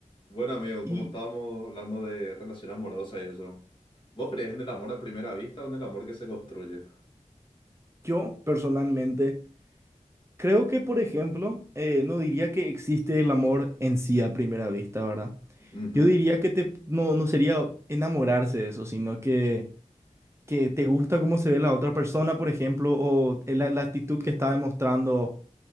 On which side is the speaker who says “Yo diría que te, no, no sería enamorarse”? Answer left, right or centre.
Right